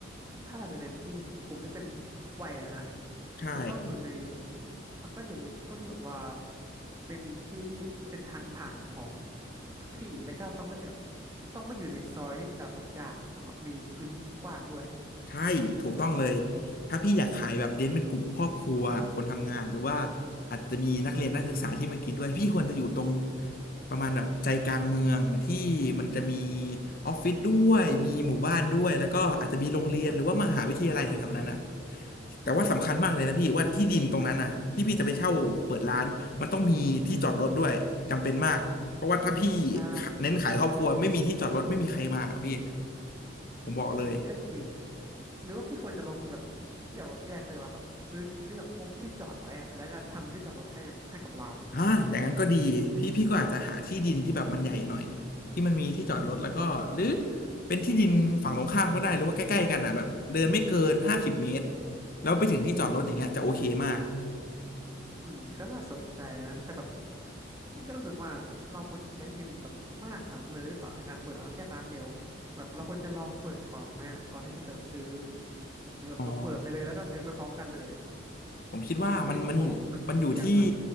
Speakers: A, on the right (about 15°); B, on the left (about 50°).
A: ถ้าเราจะเน้นที่กลุ่มที่เป็นทุกวัยอะนะ
B: ใช่
A: มันต้องอยู่ในมันต้องอยู่ในช่วงที่แบบว่าเป็นที่ที่เป็นทางผ่านของทุกที่แล้วก็ต้องไม่ได้แบบต้องไม่อยู่ในซอยที่จอดรถยากต้องแบบมีพื้นที่กว้างๆด้วย
B: ใช่ถูกต้องเลย
A: อืม
B: ถ้าพี่อยากขายแบบเน้นเป็นกลุ่มครอบครัวคนทำงานหรือว่าอาจจะมีนักเรียนนักศึกษาที่มากินด้วยพี่ควรจะอยู่ตรงประมาณแบบใจกลางเมืองที่มันจะมีออฟฟิศด้วยมีหมู่บ้านด้วยแล้วก็อาจจะมีโรงเรียนหรือว่ามหาวิทยาลัยแถวๆนั้นนะแต่ว่าสำคัญมากเลยนะพี่ว่าที่ดินตรงนั้นนะที่พี่จะไปเช่าเปิดร้านมันต้องมีที่จอดรถด้วยจำเป็นมากเพราะว่าถ้าพี่
A: ใช่
B: เน้นขายครอบครัวไม่มีที่จอดรถไม่มีใครมาหรอกพี่ผมบอกเลย
A: อืมก็จริงหรือว่าพี่ควรจะลงทุนกับที่จอดรถแยกเลยว่าแบบซื้อซื้อแบบพวกที่จอดไว้อะแล้วก็ทำเป็นที่จอดรถให้ให้กับร้าน
B: อ่าอย่างนั้นก็ดีพี่พี่ก็อาจจะหาที่ดินที่แบบมันใหญ่หน่อยที่มันมีที่จอดรถแล้วก็หรือเป็นที่ดินฝั่งตรงข้ามก็ได้หรือว่าใกล้ๆกันอ่ะแบบเดินไม่เกินห้าสิบเมตรแล้วไปถึงที่จอดรถอย่างเงี้ยจะโอเคมาก
A: อืมก็น่าสนใจนะแต่แบบพี่ก็รู้สึกว่าเราควรจะใช้เงินแบบมากขนาดนั้นเลยหรือเปล่าในการเปิดร้านแค่ร้านเดียวแบบเราควรจะลองเปิดก่อนไหมอะก่อนที่เราจะซื้อหรือแบบเราเปิดไปเลยแล้วก็ซื้อไปพร้อมกันเลยอ่ะ
B: อ๋อผมคิดว่ามันมัน
A: ใช่เพราะพี่ก็กลัวว่ามันมันเสี่ยงนะ
B: มันอยู่ที่